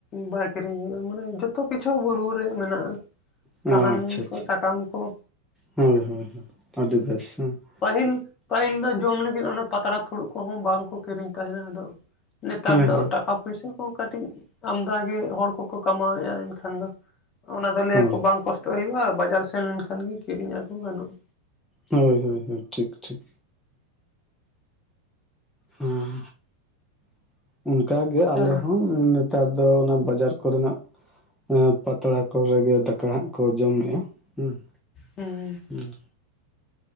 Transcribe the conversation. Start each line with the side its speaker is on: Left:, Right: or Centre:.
Left: ᱵᱟᱭ ᱠᱤᱨᱤᱧ ᱦᱩᱭᱩᱜᱼᱟ ᱢᱟᱱᱮ ᱡᱚᱛᱚ ᱠᱤᱪᱷᱩ ᱵᱩᱨᱩ ᱨᱮ ᱢᱮᱱᱟᱜᱼᱟ᱾
Centre: ᱟᱪᱪᱷᱟ
Left: ᱥᱟᱦᱟᱱ ᱠᱚ
Centre: ᱟᱪᱪᱷᱟ
Left: ᱥᱟᱠᱟᱢ ᱠᱚ
Centre: ᱦᱳᱭ ᱦᱳᱭ ᱦᱳᱭ ᱟᱹᱰᱤ ᱵᱮᱥ ᱦᱮᱸ ᱾
Left: ᱯᱟᱹᱦᱤᱞ, ᱯᱟᱹᱦᱤᱞ ᱫᱚ ᱡᱚᱢ ᱞᱟᱹᱜᱤᱫ ᱚᱱᱟ ᱯᱟᱛᱲᱟ ᱯᱷᱩᱲᱩᱜ ᱠᱚᱦᱚᱸ ᱵᱟᱝᱠᱚ ᱠᱤᱨᱤᱧ ᱛᱟᱦᱮᱸᱱᱟ ᱟᱫᱚᱼᱼ ᱱᱮᱛᱟᱨ
Centre: ᱦᱮᱸ
Left: ᱫᱚ
Centre: ᱦᱮᱸ
Left: ᱴᱟᱠᱟ ᱯᱚᱭᱥᱟ ᱠᱚ ᱠᱟᱹᱴᱤᱡ ᱟᱸᱫᱷᱟ ᱜᱮ ᱦᱚᱲ ᱠᱚᱠᱚ ᱠᱟᱢᱟᱣᱮᱜᱼᱟ ᱮᱱᱠᱷᱟᱱ ᱫᱚᱼᱼ ᱚᱱᱟ ᱫᱚ ᱞᱟᱹᱭᱟᱠᱚ
Centre: ᱦᱳᱭ
Left: ᱵᱟᱝ ᱠᱚᱥᱴᱚᱜ ᱦᱩᱭᱩᱜᱼᱟ, ᱵᱟᱡᱟᱨ ᱥᱮᱱ ᱞᱮᱱᱠᱷᱟᱱ ᱜᱮ ᱠᱤᱨᱤᱧ ᱟᱹᱜᱩ ᱜᱟᱱᱚᱜᱼᱟ᱾
Centre: ᱦᱳᱭ ᱦᱳᱭ ᱦᱳᱭ ᱴᱷᱤᱠ ᱴᱷᱤᱠ᱾ ᱦᱮᱸ <unintelligible> ᱚᱱᱠᱟᱜᱮ ᱟᱞᱮ
Left: ᱟᱨ
Centre: ᱦᱚᱸ᱾ ᱱᱮᱛᱟᱨ ᱫᱚ ᱚᱱᱟ ᱵᱟᱡᱟᱨ ᱠᱚᱨᱮᱱᱟᱜᱼᱼ ᱯᱟᱛᱲᱟ ᱠᱚᱨᱮᱜᱮ ᱫᱟᱠᱟ ᱦᱟᱸᱜ ᱠᱚ ᱡᱚᱢᱮᱜᱼᱟ ᱦᱮᱸ ᱾
Left: ᱦᱮᱸ᱾
Centre: ᱦᱩᱸ᱾